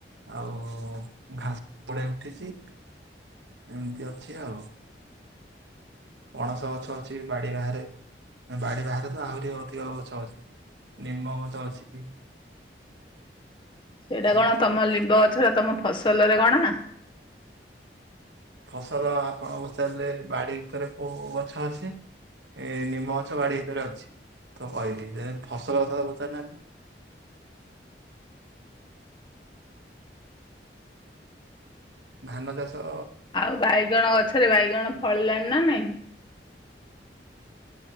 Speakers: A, on the right; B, on the left.
A: ଆଉ ଘାସ ଗଡେଇ ଉଠିଚି ଏମିତି ଅଛି ଆଉ। ପଣସ ଗଛ ଅଛି ବାଡି ବାହାରେ ବାଡି ବାହାରେ ତ ଆହୁରି ଅଧିକ ଗଛ ଅଛି ନିମ୍ବ ଗଛ ଅଛି।
B: ସେଇଟା
A: ଏମିତି
B: କଣ ତମ
A: ଆଉ
B: ଲମ୍ବ ଗଛଟ ତମ ଫସଲରେ ଗଣା।
A: ଫସଲ ଆପଣ ପଚାରିଲେ ବାଡି ଭିତରେ କୋଉ କୋଉ ଗଛ ଅଛି? ଏ ନିମ୍ମ ଗଛ ବାଡି ଭିତରେ ଅଛି, ତ କହିଲି ଫସଲ କଥା ତ ପଚାରି ନା ଧାନ ଚାଷ
B: ଆଉ ବାଇଗଣ ଗଛରେ ବାଇଗଣ ଫଳିଲାଣି ନା ନାଇଁ?